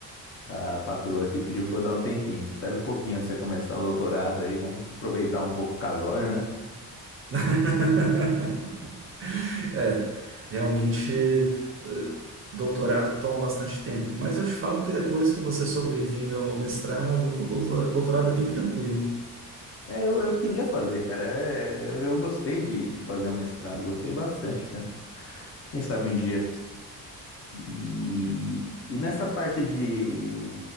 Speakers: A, on the left; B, on the right.
A: a patroa aqui pediu pra eu dar um tempinho. Espera um pouquinho antes de você começar o doutorado aí. Vamos aproveitar um pouco o casório, né?
B: <laughs> É, realmente, eh, doutorado toma bastante tempo, mas eu te falo que depois que você sobrevive ao mestrado, o doutor- doutorado é bem tranquilo.
A: É, eu, eu queria fazer, cara. É, eu, eu gostei de, de fazer o mestrado. Gostei bastante, né? Quem sabe um dia. E, e nessa parte de,